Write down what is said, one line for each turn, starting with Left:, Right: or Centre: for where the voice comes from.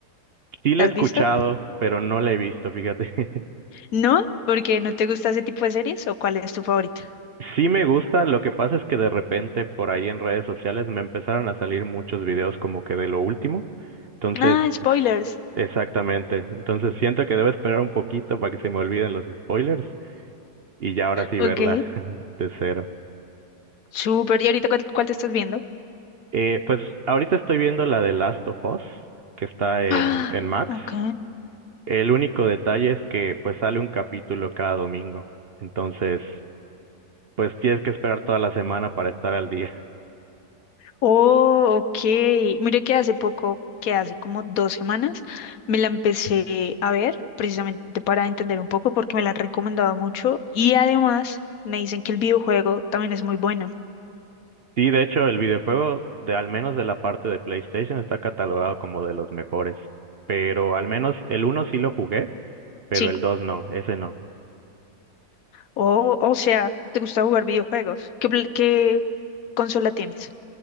Right: Sí la
Left: ¿la
Right: he
Left: has
Right: escuchado,
Left: visto?
Right: pero no la he visto, fíjate. <laughs>
Left: ¿No? ¿Porque no te gusta ese tipo de series o cuál es tu favorita?
Right: Sí me gusta, lo que pasa es que de repente por ahí en redes sociales me empezaron a salir muchos videos como que de lo último. Entonces,
Left: Ah, spoilers.
Right: s- exactamente. Entonces siento que debo esperar un poquito para que se me olviden los spoilers y ya ahora sí
Left: Ok.
Right: verla <laughs> de cero.
Left: Súper, ¿y ahorita cuál, cuál te estás viendo?
Right: Eh, pues ahorita estoy viendo la de Last of Us, que está en,
Left: Ah,
Right: en Max.
Left: ok.
Right: El único detalle es que pues sale un capítulo cada domingo. Entonces, pues tienes que esperar toda la semana para estar al día.
Left: Oh, ok. Mire que hace poco, que hace como dos semanas, me la empecé a ver precisamente para entender un poco porque me la han recomendado mucho y además me dicen que el videojuego también es muy bueno.
Right: Sí, de hecho, el videojuego, de al menos de la parte de PlayStation, está catalogado como de los mejores. Pero al menos el uno sí lo jugué, pero
Left: Sí.
Right: el 2 no, ese no.
Left: Oh, o sea, ¿te gusta jugar videojuegos? ¿Qué, pl- qué consola tienes?